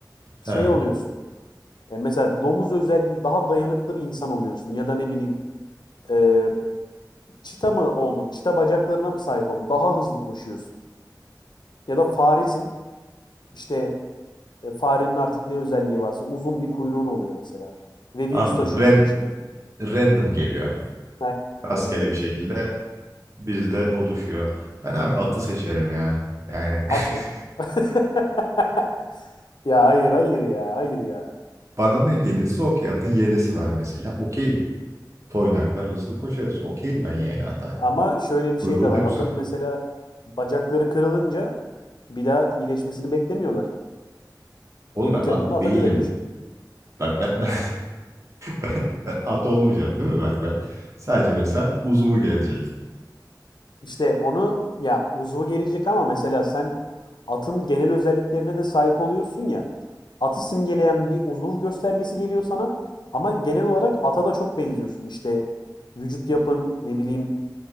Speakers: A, on the left; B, on the right.
A: şey
B: he
A: oluyorsun. E, mesela domuz özelliğin daha dayanıklı bir insan oluyorsun ya da ne bileyim e, çita mı oldun? Çita bacaklarına mı sahip oldun? Daha hızlı koşuyorsun. Ya da faresin işte e, farenin artık ne özelliği varsa uzun bir kuyruğun oluyor mesela. Ve virüs
B: anladım.
A: taşıyorsun
B: Ren-
A: içinde.
B: random geliyor.
A: Aynen,
B: Rastgele
A: aynen öyle.
B: bir şekilde bizde oluşuyor. Ben abi atı seçerim ya. Yani <laughs>
A: At mı? <laughs> Ya hayır hayır ya hayır ya.
B: bana ne gelirse okey. Atın yelesi var mesela. Okeyim. Toynaklar hızlı koşarız. Okeyim ben yani ata.
A: Ama şöyle bir şey
B: Kuyruğu
A: de var.
B: da güzel.
A: Atın mesela bacakları kırılınca bir daha iyileşmesini beklemiyorlar.
B: Oğlum
A: Kemik
B: ben at
A: yapında ata
B: değilim.
A: göre değişiyor.
B: Bak ben <laughs> ben, ben, ben at olmayacağım değil mi? Bak ben sadece mesela uzuvu gelecek.
A: İşte onu ya uzvu gelecek ama mesela sen atın genel özelliklerine de sahip oluyorsun ya. Atı simgeleyen bir uzuv göstergesi geliyor sana ama genel olarak ata da çok benziyorsun. İşte vücut yapın ne bileyim